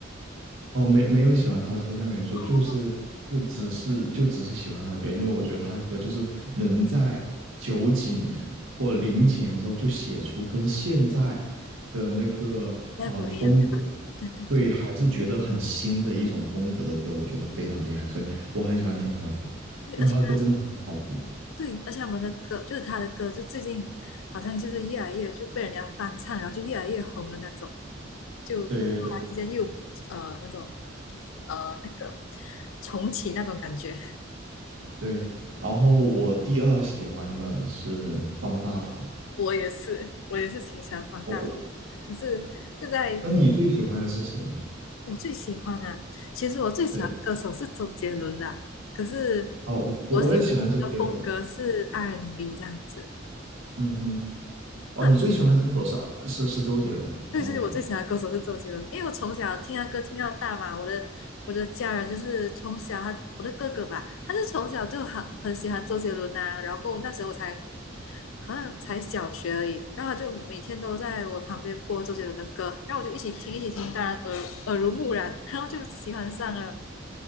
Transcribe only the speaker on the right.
哦，没没有喜欢他的抽象元素，
就是就只是就只是喜欢他的歌，因为我觉得他的歌就是能在九几年或零几年的时候就写出跟现在的那个啊、
呃风格，
对，还是觉得很新的一种风格的歌，我觉得非常厉害，所以我很喜欢听他的歌，
因为他的歌真的很好听。
对对对
对，然后我第二喜欢的是方大同，
我我，
那你最喜欢的是谁呢？
对。
哦，我我也喜欢周杰伦。
嗯哼，哦，
你最喜欢的歌手是啊是是周杰伦的。
哦 OK，